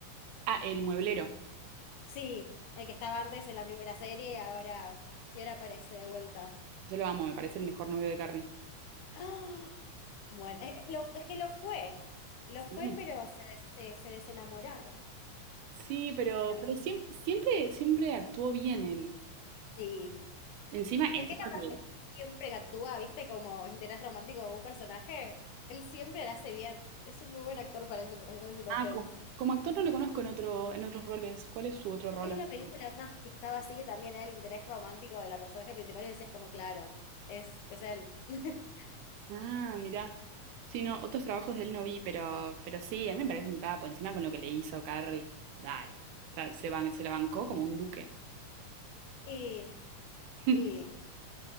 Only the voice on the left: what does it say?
Sí, el que estaba antes en la primera serie y ahora, y ahora aparece de vuelta.
¡Ah! Bueno, eh, eh, lo- es que lo fue, lo fue,
pero se, des- se, se desenamoraron.
Y era
bueno.
Sí,
es que la pareja
siempre que actúa, viste, como interés romántico de un personaje, él siempre la hace bien. Es un muy buen actor para ese, para ese papel.
Hay
una película más que estaba así que también era el interés romántico de la personaje principal y decías como, claro, es, es él. <laughs>
Y,
y